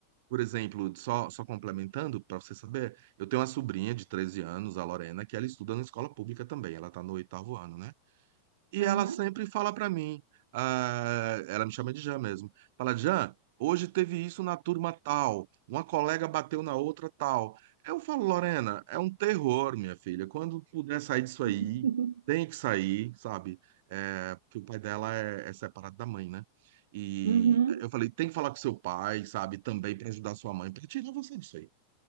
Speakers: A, on the right; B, on the right.
A: por exemplo, só, só complementando, para você saber, eu tenho uma sobrinha de 13 anos, a Lorena, que ela estuda na escola pública também, ela está no oitavo ano, né? E
B: aham.
A: ela sempre fala pra mim, ah, ela me chama de Jean mesmo. Fala, Jean, hoje teve isso na turma tal, uma colega bateu na outra tal. Eu falo, Lorena, é um terror, minha filha. Quando puder sair disso aí,
B: <laughs>
A: tem que sair, sabe? É, porque o pai dela é, é separado da mãe, né? E
B: Uhum,
A: eu falei, tem que falar com seu pai, sabe? Também pra ajudar sua mãe, pra tirar você disso aí